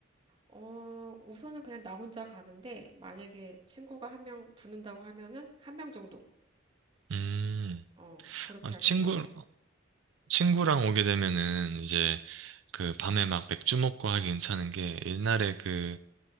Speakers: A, on the right; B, on the right.
A: 어, 우선은 그냥 나 혼자 가는데, 만약에 친구가 한 명 붙는다고 하면은 한 명 정도.
B: 음,
A: 어, 그렇게
B: 아,
A: 할
B: 친구,
A: 생각이야.
B: 친구랑 오게 되면은 이제 그 밤에 막 맥주 먹고 하기 괜찮은 게 옛날에 그